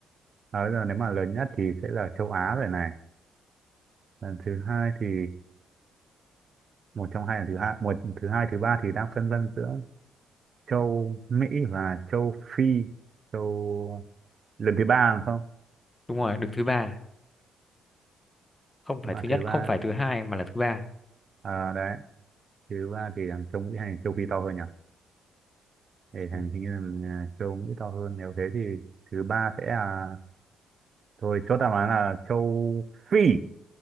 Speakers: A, on the right; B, on the left.
A: à, bây giờ nếu mà lớn nhất thì sẽ là châu Á rồi này lần thứ hai thì một trong hai là thứ hai một thứ hai thứ ba thì đang phân vân giữa châu Mỹ và châu Phi châu lần thứ ba rồi không
B: Đúng rồi, đứng thứ ba, không phải
A: mà
B: thứ nhất,
A: thứ ba
B: không phải thứ hai mà là thứ ba.
A: à, đấy thứ ba thì thằng châu Mỹ hay thằng châu Phi to hơn nhỉ để
B: Ừm.
A: thằng hình như là à, châu Mỹ to hơn nếu thế thì thứ ba sẽ là thôi chốt đáp án là châu Phi